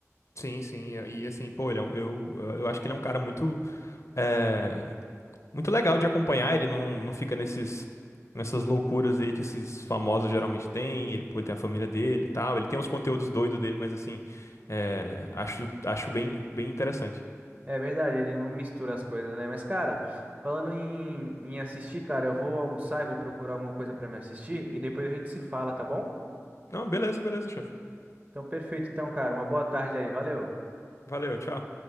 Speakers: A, on the left; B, on the right.
A: Sim, sim, e e, assim, pô, ele é um- eu, eu acho que ele é um cara muito É muito legal de acompanhar, ele não, não fica nesses, nessas loucuras aí que esses famosos geralmente têm, ele, pô, ele tem a família dele e tal, ele tem os conteúdos doidos dele, mas assim, é, acho, acho bem, bem interessante.
B: É verdade, ele não mistura as coisas, né? Mas, cara, falando em, em assistir, cara, eu vou almoçar e vou procurar alguma coisa pra me assistir e depois a gente se fala, tá bom?
A: Não, beleza, beleza, chefe.
B: Então, perfeito, então, cara. Uma boa tarde aí, valeu.
A: Valeu, tchau.